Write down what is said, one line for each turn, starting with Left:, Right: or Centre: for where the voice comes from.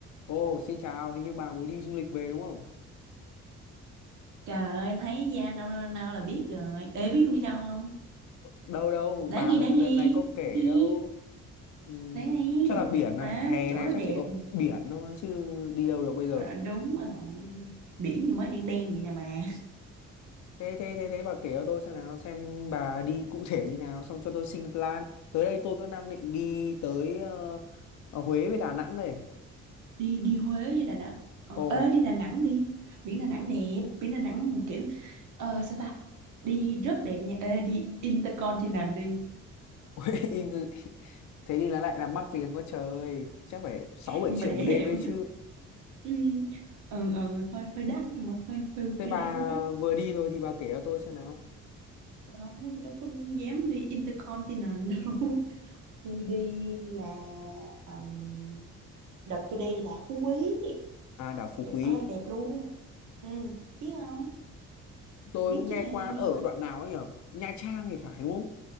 Left: Ồ, xin chào, hình như bà mới đi du lịch về đúng không?
Right: Trời ơi, thấy da nâu nâu nâu là biết rồi. Ê, biết tôi đi đâu không?
Left: Đâu đâu,
Right: Đáng
Left: bà
Right: nghi,
Left: lần,
Right: đáng nghi.
Left: lần này có kể
Right: Đi,
Left: đâu. Ừm,
Right: đáng nghi,
Left: chắc
Right: đẹp
Left: là biển
Right: mà.
Left: à, hè
Right: Chỗ
Left: này
Right: đó
Left: chắc
Right: đẹp.
Left: chỉ có biển thôi chứ đi đâu được bây giờ.
Right: À, đúng rồi. Biển gì
Left: Thế
Right: mới đen đen vậy nè bà.
Left: thế thế thế, bà kể cho tôi xem nào, xem bà đi cụ thể như nào, xong cho tôi xin plan. Tới đây tôi cũng đang định đi tới ờ, ở Huế với Đà Nẵng đây.
Right: Đi đi Huế với Đà Nẵng. Ờ,
Left: Ồ,
Right: ê, đi Đà Nẵng đi. Biển Đà Nẵng đẹp. Biển Đà Nẵng mà kiểu... Ờ, sao ta? Đi rất đẹp nha. Ê, đi Intercontinental đi.
Left: <laughs> Huế in- thế đi là lại là mắc tiền quá trời, chắc phải sáu bảy
Right: Nhưng
Left: triệu
Right: mà đẹp.
Left: một đêm ấy
Right: <laughs>
Left: chứ.
Right: Ừ, ừ, ừ, hơi hơi đắt nhưng mà hơi hơi,
Left: Thế
Right: hơi
Left: bà
Right: đáng giá.
Left: vừa đi rồi thì bà kể cho tôi xem nào.
Right: Không, nó đâu có dám đi Intercontinental đâu. tôi đi là um, đợt tôi đi là Phú Quý
Left: À, đảo Phú
Right: đẹp
Left: Quý.
Right: ơi là đẹp luôn ừ, biết không
Left: tôi
Right: biết
Left: cũng
Right: chứ
Left: nghe
Right: ha
Left: qua
Right: nhưng
Left: ở
Right: mà
Left: đoạn nào ấy nhở Nha Trang thì phải đúng không